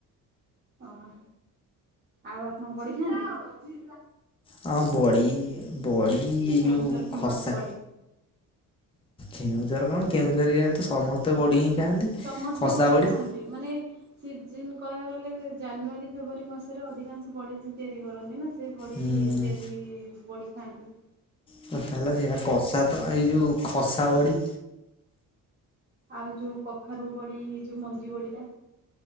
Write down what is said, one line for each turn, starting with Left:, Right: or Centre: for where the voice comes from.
Right: ଓହୋ ଆଉ ଆପଣ ବଡି ଖାଆନ୍ତି।
Left: ହଁ ବଡି ବଡି ଏଇ
Right: କେଉଁଝର
Left: ଯୋଉ
Right: ଫେମସ୍
Left: ଖସା
Right: ବଡି
Left: କେଉଁଁଝର କଣ କେଉଁଝରିଆ ତ ସମସ୍ତେ ବଡି ହିଁ ଖାଆନ୍ତି।
Right: ସମସ୍ତେ
Left: ଖସା
Right: ବଡି
Left: ବଡ଼ି
Right: ଖାଆନ୍ତି ମାନେ ସିଜିନି କହିବାକୁ ଗଲେ ଜାନୁଆରୀ ଫେବୁଆରୀ ମାସେରେ ଅଧିକାଂଶ ବଡି ହିଁ ତିଆରି କରନ୍ତି ନା। ତେ ବଡି
Left: ଉଁ,
Right: ତିଆରି ବଡି ଖାଆନ୍ତି।
Left: କଥା ହେଲେ ସେଇଆ କଷା ତ ଏଇ ଯୋଉ ଖସା ବଡି
Right: ଆଉ ଯୋଉ କଖାରୁ ବଡି ଯୋଉ ମଞ୍ଜି ବଡିଟା